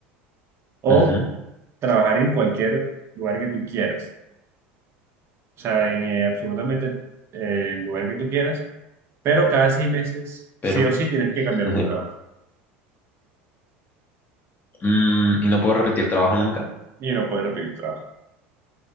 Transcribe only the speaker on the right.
O
trabajar en cualquier lugar que tú quieras, o sea, en eh, absolutamente eh, el lugar que tú quieras, pero cada seis meses sí
o sí tienes que cambiar
de trabajo.
Y no puedes repetir trabajo.